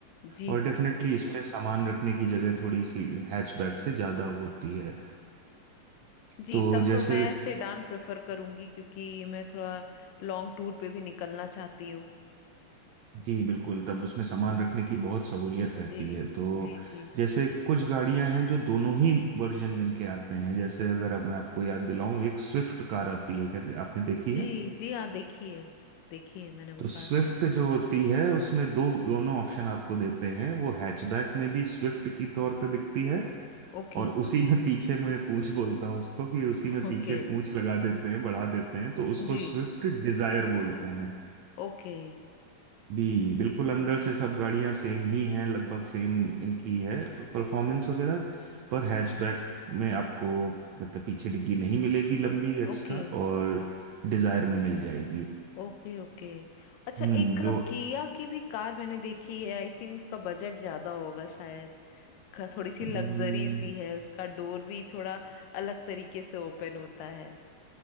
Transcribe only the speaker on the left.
जी
जी
तब
तो मैं सेडान प्रेफर करूंगी क्योंकि मैं थोड़ा लॉन्ग टूर पे भी निकलना चाहती हूँ
जी
जी जी
जी
जी हाँ देखिए देखिए मैंने वो
कार
ओके
ओके
जी
ओके
ओके
ओके ओके अच्छा
एक
अ, किया की भी कार मैंने देखी है आई थिंक उसका बजट ज्यादा होगा शायद क- थोड़ी सी
लग्जरी सी है उसका डोर भी थोड़ा अलग तरीके से ओपन होता है